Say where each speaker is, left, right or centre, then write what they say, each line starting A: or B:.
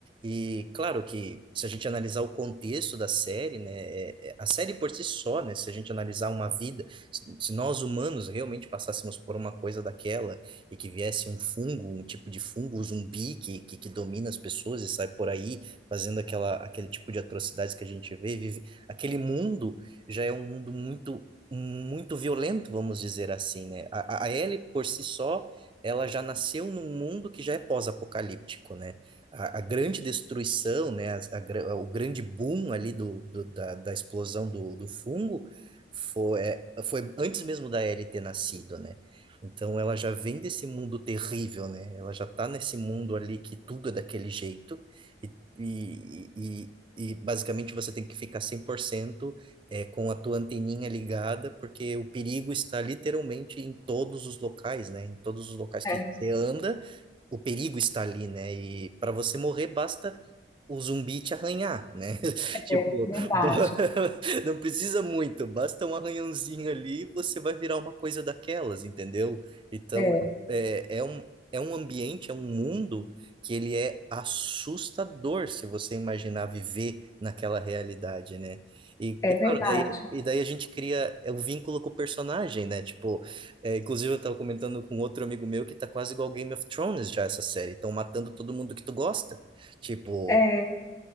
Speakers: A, on the right; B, on the left.
A: E claro que se a gente analisar o contexto da série, né, é- é- a série por si só, né, se a gente analisar uma vida, se se nós humanos realmente passássemos por uma coisa daquela e que viesse um fungo, um tipo de fungo um zumbi que, que, que domina as pessoas e sai por aí fazendo aquela, aquele tipo de atrocidades que a gente vê, vive, aquele mundo já é um mundo muito, muito violento, vamos dizer assim, né? A, a a Ellie por si só ela já nasceu num mundo que já é pós-apocalíptico, né? A, a grande destruição, né? As- a gra- o grande boom ali do, do- da, da explosão do, do fungo foi, é, foi antes mesmo da Ellie ter nascido, né? Então ela já vem desse mundo terrível, né? Ela já tá nesse mundo ali que tudo é daquele jeito e, e, e, e basicamente você tem que ficar 100% é, com a tua anteninha ligada, porque o perigo está literalmente em todos os locais, né? Em todos os locais que
B: É,
A: você anda, o perigo está ali, né? E para você morrer, basta o zumbi te arranhar, né? <laughs> Tipo,
B: é verdade.
A: ba- <laughs> não precisa muito, basta um arranhãozinho ali e você vai virar uma coisa daquelas, entendeu? Então,
B: É,
A: é, é um, é um ambiente, é um mundo que ele é assustador se você imaginar viver naquela realidade, né? E,
B: é
A: e
B: verdade.
A: claro, daí, e daí a gente cria é, o vínculo com o personagem, né? Tipo, é, inclusive eu tava comentando com outro amigo meu que tá quase igual Game of Thrones já essa série, estão matando todo mundo que tu gosta. Tipo,
B: É,